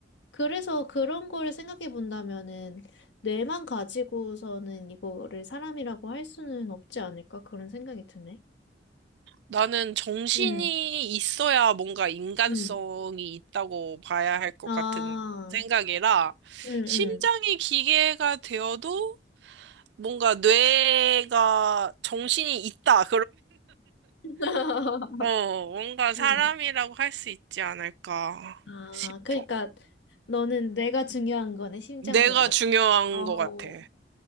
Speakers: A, on the left; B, on the right.
A: 그래서 그런 거를 생각해 본다면은 뇌만 가지고서는 이거를 사람이라고 할 수는 없지 않을까 그런 생각이 드네.
B: 나는 정신이
A: 음.
B: 있어야 뭔가 인간성이
A: 음.
B: 있다고 봐야 할 것
A: 아,
B: 같은 생각이라,
A: 응, 응.
B: 심장이 기계가 되어도 뭔가 뇌가 정신이 있다.
A: <laughs>
B: 어, 뭔가 사람이라고
A: 응.
B: 할 수 있지 않을까
A: 아,
B: 싶어.
A: 그러니까 너는 뇌가 중요한 거네, 심장보다.
B: 내가 중요한
A: 어,
B: 것 같아.